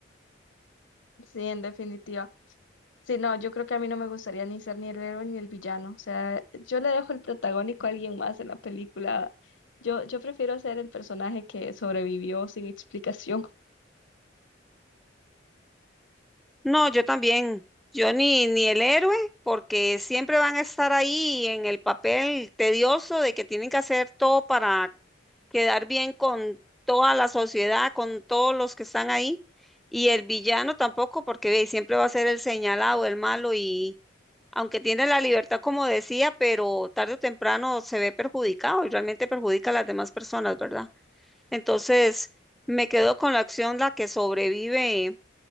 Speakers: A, on the left; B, in the centre.
A: Sí, en definitiva. Sí, no, yo creo que a mí no me gustaría ni ser ni el héroe ni el villano. O sea, yo le dejo el protagónico a alguien más en la película. Yo, yo prefiero ser el personaje que sobrevivió sin explicación. <laughs>
B: No, yo también. Yo ni, ni el héroe, porque siempre van a estar ahí en el papel tedioso de que tienen que hacer todo para quedar bien con toda la sociedad, con todos los que están ahí. Y el villano tampoco, porque ve, siempre va a ser el señalado, el malo, y aunque tiene la libertad, como decía, pero tarde o temprano se ve perjudicado y realmente perjudica a las demás personas, ¿verdad? Entonces, me quedo con la acción, la que sobrevive